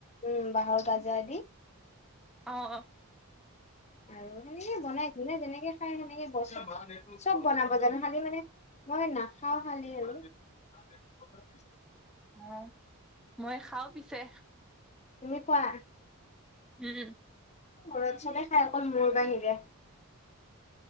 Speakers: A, on the left; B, in the centre.
A: উম বাঁহৰ গাজা দি।
B: অ', অ'।
A: আৰু সেনেকে বনাই যোনে যেনেকে খাই সেনেকে বনাও চব বনাব জানোঁ খালি মানে মই নাখাও খালি আৰু <inaudible>
B: অ', মই খাও পিছে
A: তুমি খোৱা।
B: উম।
A: ঘৰত চবে খাই অকল মোৰ বাহিৰে।